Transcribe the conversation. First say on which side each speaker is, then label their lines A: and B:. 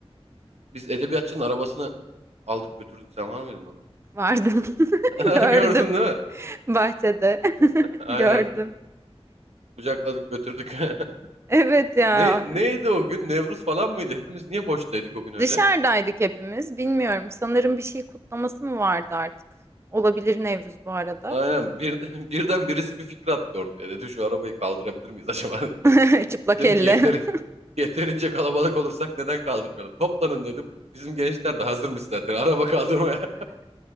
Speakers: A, on the right (about 85°); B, on the right (about 25°).
A: biz edebiyatçının arabasını aldık götürdük. Sen var mıydın onun?
B: Vardı. <laughs>
A: <laughs>
B: Gördüm.
A: Gördün değil mi?
B: Bahçede. <laughs>
A: <laughs> Aynen.
B: Gördüm.
A: Kucakladık götürdük. <laughs>
B: Evet ya.
A: Ne, neydi o gün? Nevruz falan mıydı? Hepimiz niye boştaydık o gün öyle?
B: Dışarıdaydık hepimiz. Bilmiyorum. Sanırım bir şey kutlaması mı vardı artık? Olabilir Nevruz bu arada.
A: Aynen. Bir, <laughs> birden birisi bir fikir attı ortaya. Dedi şu arabayı kaldırabilir miyiz acaba <laughs> dedi.
B: <laughs> Çıplak
A: Dedim
B: elle.
A: ki yeter,
B: <laughs>
A: yeterince kalabalık olursak neden kaldırmayalım? Toplanın dedim. Bizim gençler de hazırmış zaten araba kaldırmaya. <laughs>